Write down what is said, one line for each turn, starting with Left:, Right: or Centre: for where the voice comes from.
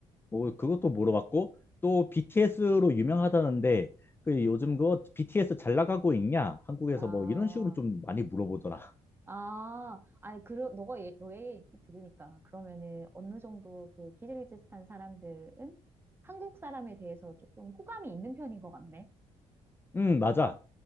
Left: 뭐 그것도 물어봤고 또 BTS로 유명하다는데 그 요즘 그거 BTS 잘 나가고 있냐? 한국에서
Right: 아.
Left: 뭐 이런 식으로 좀 많이 물어보더라.
Right: 아, 아니, 그러, 너가, 얘, 너의 얘기 들으니까, 그러면은, 어느 정도 그 키르기즈스탄 사람들은 한국 사람에 대해서 조금 호감이 있는 편인 것 같네.
Left: 응, 맞아.